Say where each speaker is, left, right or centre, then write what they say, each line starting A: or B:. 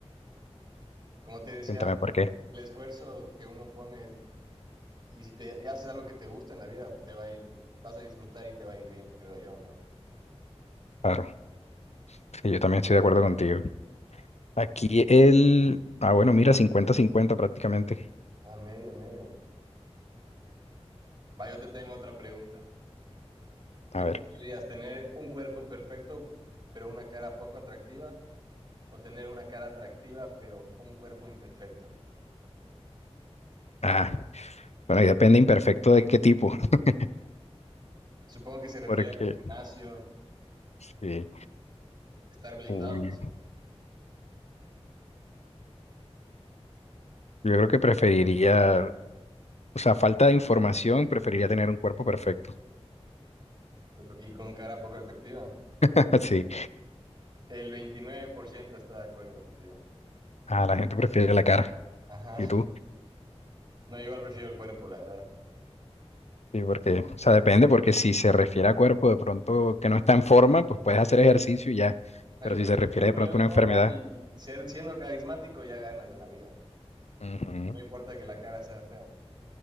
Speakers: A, on the right (about 40°); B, on the left (about 80°).
A: Como te decía
B: Cuéntame
A: antes,
B: por qué.
A: el esfuerzo que uno pone y si te y haces algo que te gusta en la vida, te va a ir, vas a disfrutar y te va a ir bien, creo yo, ¿no?
B: Claro, sí, yo también estoy de acuerdo contigo. Aquí el... Ah, bueno, mira, cincuenta cincuenta prácticamente.
A: A medio, medio. Va, yo te tengo otra pregunta. ¿Qué
B: A ver.
A: preferirías? ¿Tener un cuerpo perfecto pero una cara poco atractiva? ¿O tener una cara atractiva pero un cuerpo imperfecto?
B: Ah, bueno, ahí depende imperfecto de qué tipo, <laughs>
A: Supongo que se refiere
B: porque
A: al gimnasio,
B: sí.
A: estar blindado
B: Uy, yo creo que preferiría, o sea, falta de información, preferiría tener un cuerpo perfecto.
A: y con cara poco atractiva.
B: <laughs> Sí.
A: El 29% está de acuerdo contigo.
B: Ah, la gente prefiere la cara.
A: Ajá.
B: ¿Y tú?
A: No, yo igual prefiero el cuerpo, la verdad.
B: Sí, porque, o sea, depende, porque si se refiere a cuerpo de pronto que no está en forma, pues puedes hacer ejercicio y ya.
A: O
B: Pero
A: sea, yo creo
B: si se
A: que
B: refiere
A: el cuerpo
B: de pronto
A: ya en
B: a una
A: forma
B: enfermedad.
A: y ser, siendo carismático ya ganas en la vida.
B: Ujú,
A: No importa que la cara sea fea.